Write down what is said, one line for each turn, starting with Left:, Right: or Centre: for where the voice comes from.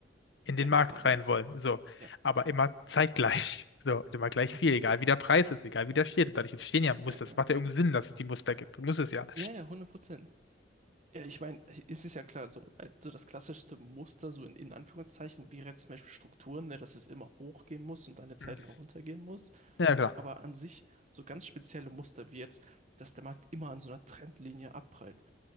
Left: in
Right: Ja,
Left: den Markt
Right: ja, ja.
Left: rein wollen. So.
Right: Ja.
Left: Aber immer zeitgleich. <laughs> So, und immer gleich
Right: <laughs>
Left: viel, egal wie der Preis ist, egal wie der steht. Und dadurch entstehen ja Muster.
Right: Ja,
Left: Es
Right: ja.
Left: macht ja irgendeinen Sinn, dass es die Muster gibt. Muss es ja.
Right: Ja, ja, hundert Prozent. Ja, ich meine, es ist ja klar, so, äh, so das klassischste Muster, so in, in Anführungszeichen, wäre jetzt zum Beispiel Strukturen, ne, dass es immer hochgehen muss und dann eine Zeit
Left: Mhm.
Right: lang runtergehen muss.
Left: Ja, klar.
Right: Aber an sich so ganz spezielle Muster wie jetzt, dass der Markt immer an so einer Trendlinie abprallt.